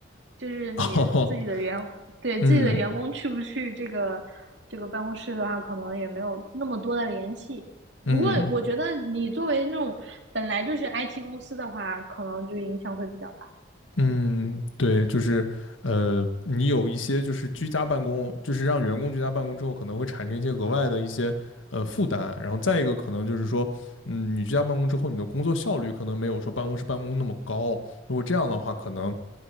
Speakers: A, on the right; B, on the left.
A: 就是你自己的员对自己的员工去不去这个这个办公室的话，
B: <laughs> 哦，嗯
A: 可能也没有那么多的联系。
B: 嗯
A: 不过我觉得你作为那种本来就是 IT 公司的话，可能就影响会比较大。
B: 嗯，对，就是呃，你有一些就是居家办公，就是让员工居家办公之后，可能会产生一些额外的一些呃负担，然后再一个可能就是说，嗯，你居家办公之后，你的工作效率可能没有说办公室办公那么高，如果这样的话，可能